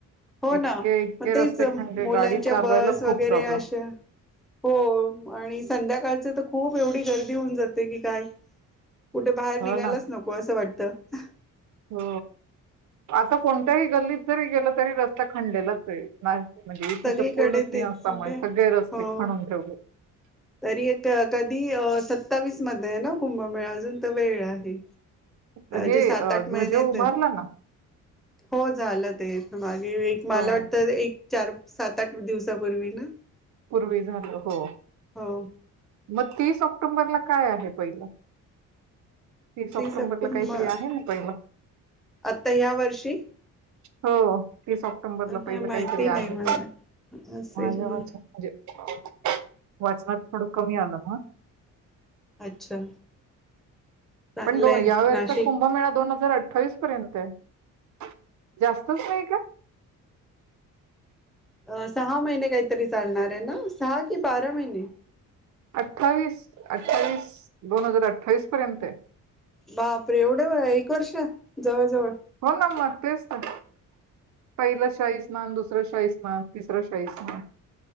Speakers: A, in the centre; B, on the right (about 60°).
A: हो
B: इतके
A: ना
B: इतके
A: मग तेच
B: रस्ते खणले
A: मुलांच्या
B: गाडी चालवायला
A: बस वगैरे
B: खूप प्रॉब्लेम
A: अशा हो आणि संध्याकाळ च तर खूप एवढी गर्दी होऊन जाते की काय कुठे बाहेर
B: हो
A: निघायलाच
B: ना
A: नको असं वाटतं त
B: हो आता कोणत्याही गल्लीत जरी गेलं तरी रस्ता खंदलेलाचेय म्हणजे इथे
A: सगळीकडे
B: तर पूर्ण सिंहस्थामुळे
A: तेच
B: सगळे रस्ते
A: हो
B: खणून ठेवले
A: तरी एक कधी सत्तावीस मध्ये आहे ना कुंभमेळ अजून तर वेळ आहे
B: तर हे
A: जे सात
B: अ,
A: आठ
B: ध्वज
A: महिने
B: उभारला
A: येत
B: ना
A: हो झालं ते मागे एक मला
B: हो
A: वाटतं एक चार सात आठ दिवसापूर्वी ना
B: पूर्वी झालं हो
A: हो
B: मग तीस ऑक्टोंबरला काय आहे पहिलं? ऑक्टोबरला
A: तीस ऑक्टोंबर
B: काहीतरी आहे ना पहिलं
A: आता ह्या वर्षी?
B: हो तीस ऑक्टोबरला
A: नाही
B: पहिलं
A: माहिती
B: काहीतरी आहे
A: नाही मला असेच
B: माझ्या
A: म्ह
B: <unintelligible> वाचनात थोडं कमी आलं मग
A: अच्छा चांगलंय
B: पण दो या वचा
A: नाशिक
B: खुंभ मेळा दोन हजार अठ अठ्ठावीस पर्यंत आहे जास्तच नाही का?
A: अ सहा महिने काहीतरी चालणार आहे ना सहा कि बारा महिने
B: अठ्ठावीस अठ्ठावीस दोन हजार अठ्ठावीस पर्यंत
A: बापरे एवढं व एक वर्ष जवळ जवळ
B: हो ना मग तेच तर पहिलं शाही स्नान दुसरं शाही स्नान तिसरं शाही स्नान